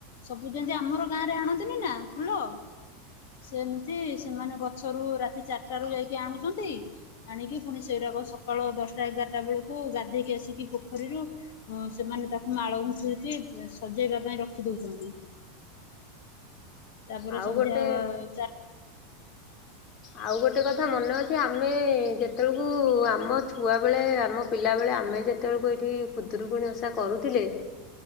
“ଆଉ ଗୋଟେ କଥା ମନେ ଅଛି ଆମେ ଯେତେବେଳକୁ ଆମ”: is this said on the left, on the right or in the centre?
Left